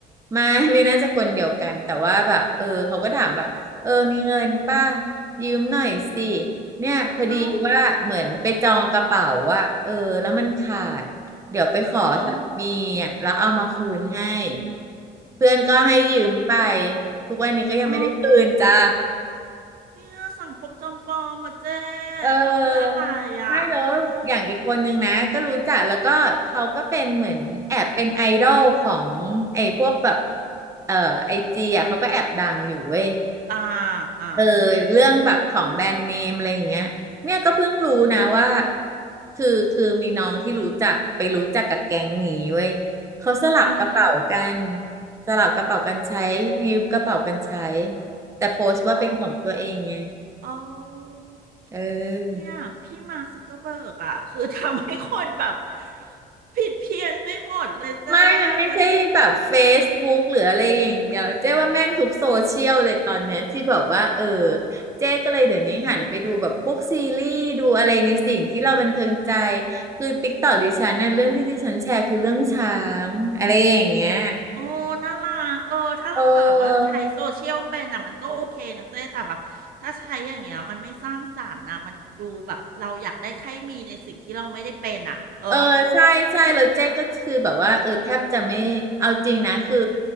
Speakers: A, on the right (about 20°); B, on the right (about 60°).
A: ไม่ไม่น่าจะคนเดียวกันแต่ว่าแบบเออเขาก็ถามแบบเออมีเงินป่ะยืมหน่อยสิเนี่ยพอดีว่าเหมือนไปจองกระเป๋าอะเออแล้วมันขาดเดี๋ยวไปขอสามีอะแล้วเอามาคืนให้
B: <laughs> เอาเอา
A: เพื่อนก็ให้ยืมไป
B: เจ๊
A: ทุกวันนี้ก็ยังไม่ได้คืนจ้า
B: เ๋อเนี่ยสังคมจำปลอมมาเจ๊
A: เออไม่แล้วอย่างอีกคนนึงนะก็รู้จักแล้วก็เขาก็เป็นเหมือนแอบเป็นไอดอลของไอ้พวกแบบ
B: ทำเพื่ออะไรอ่ะโอ้
A: เออไอจีอ่ะเขาก็แอบดังอยู่เว้ย
B: อ่าอ่า
A: เออเรื่องแบบของแบรนด์เนมอะไรอย่างเงี้ยเนี่ยก็เพิ่งรู้นะว่า
B: อืม
A: คือคือมีน้องที่รู้จักไปรู้จักกับแก๊งนี้เว้ยเขาสลับกระเป๋ากัน
B: อืม
A: สลับกระเป๋ากันใช้ยืมกระเป๋ากันใช้แต่โพสต์ว่าเป็นของตัวเองไง
B: อ๋อ้๋อ
A: เออ
B: เนี่ยพี่มาร์คซักเกอร์เบิร์กอ่ะ <laughs> คือทำให้คนแบบผิดเพี้ยนไปหมดเลยเจ้
A: ไม่ มันไม่ใช่แบบ
B: มัน
A: Facebook หรืออะไรอย่างเดียวเจ๊ว่าแม่งทุกโซเชียลเลยตอนเนี้ยที่แบบว่าเออเจ๊ก็เลยเดี๋ยวนี้หันไปดูแบบพวกซีรีส์ดูอะไรในสิ่งที่เราบันเทิงใจคือ TikTok ดิฉันนะเรื่องที่ดิฉันแชร์คือเรื่องช้างอะไรอย่างเงี้ย
B: โอ้น่ารักเออถ้าเราแบบว่าใช้โซเชียลเป็นอ่ะมันก็โอเคนะเจ้แต่แบบถ้าใช้อย่างเงี้ยมันไม่สร้างสรรค์นะมันดูแบบเราอยากได้ใครมีในสิ่งที่เราไม่ได้เป็นอ่ะเออ
A: เออ เออใช่ใช่แล้วเจ๊ก็คือแบบว่าเออแทบจะไม่เอาจริงนะคือ